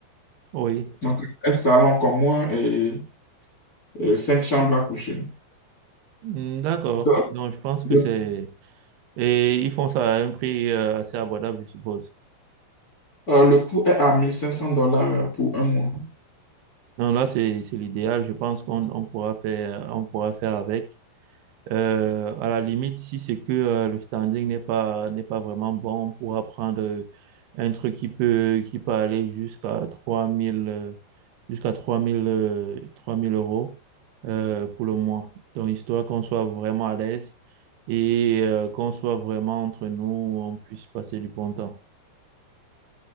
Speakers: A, on the right (about 75°); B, on the left (about 35°).
A: oui.
B: Donc, un salon commun et, et cinq chambres à coucher.
A: Hmm, D'accord.
B: Donc, euh,
A: Donc, je pense
B: le,
A: que c'est... Et ils font ça à un prix euh, assez abordable, je suppose.
B: euh, le coût est à 1500 dollars pour un mois.
A: Non, là, c'est c'est l'idéal. Je pense qu'on on pourra faire, on pourra faire avec. Euh, à la limite, si c'est que euh, le standing n'est pas, n'est pas vraiment bon, on pourra prendre euh, un truc qui peut, qui peut aller jusqu'à 3000, euh, jusqu'à 3000 euh, 3000 euros euh, pour le mois. Donc, histoire qu'on soit vraiment à l'aise et euh, qu'on soit vraiment entre nous, on puisse passer du bon temps.